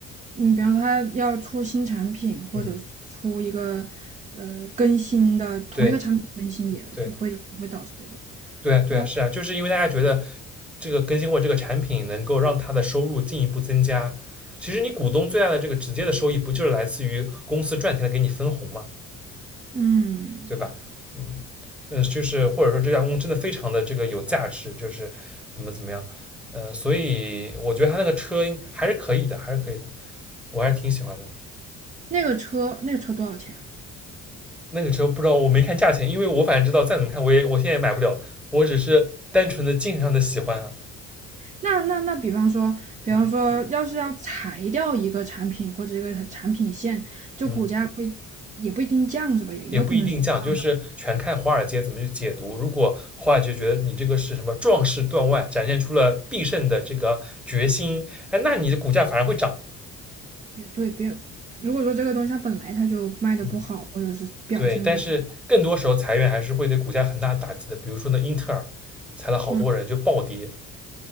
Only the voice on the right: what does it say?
嗯，比方说他要出新产品，或者是出一个呃更新的同一个产品更新也，
就会也会导致这种。
哇，
嗯，
那个车那个车多少钱啊
那那那，比方说，比方说，
要是要裁掉一个产品或者一个产产品线，就股价会也不一定降是吧？
也也有可能是上升。
也对，别如果说这个东西它本来它就卖的不好，
或者是表现不好，
嗯。